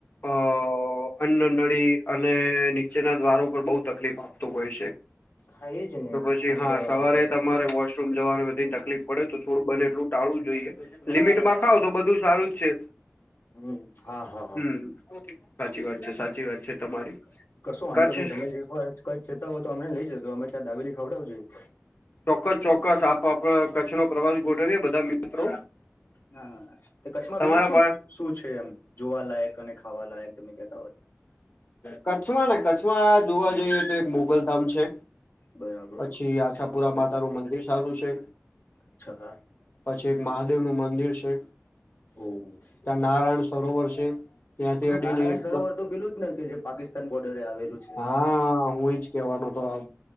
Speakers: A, on the left; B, on the left.
A: અ અન્ન નળી અને નીચેના દ્વારો પર બહુ તકલીફ આપતું હોય છે.
B: હા, એ જ ને
A: તો પછી
B: આમ
A: હા
B: કેવા
A: સવારે
B: જતો અલગ
A: તમારે
B: અલગ.
A: વોશરૂમ જવાનું બધીને તકલીફ. પડે તો થોડું બને એટલું ટાળવું જોઈએ લિમિટ માં ખાવ તો બધું સારું જ છે.
B: હમ હા હા. હા.
A: હમ સાચી વાત છે સાચી વાત છે. તમારી
B: કશું
A: કચ્છ
B: વાંધો નહીિ તમે જે કય કચછ જતા હોય તો અમને લઈ જશે તો અમે ત્યાં દાેલી ખવડાવું જોઈએ.
A: ચોક્કસ ચોક્કસ આપડ કચ્નો પ્રવાસ ગોઠવીએ બધા. મિત્રો
B: હા કચ્છમાં
A: તમારા
B: બીજું શું.
A: પા
B: શું છે એમ જોવાલાયક અને ખાવા લયક તમે ક.
A: કચ્છમાં ને કચ્છમાં જોવા જઈએ તો એક મોગલધામ છે.
B: બરાબર
A: પછી આશાપુરા માતા નું મંદિર સારું છે.
B: પછઃ.
A: પછી એક મહાદેવ નું મંદિર છે.
B: હમ.
A: ત નારાયણ સરોવર છે ત્યાંથી
B: હા
A: અડીને
B: નારાયણ
A: એક.
B: સરોવર તો પેલું જ ને કે જે પાકિસ્તાન બોર્ડરે આવેલું છે
A: હા હું એજ કેવાનો હતો આ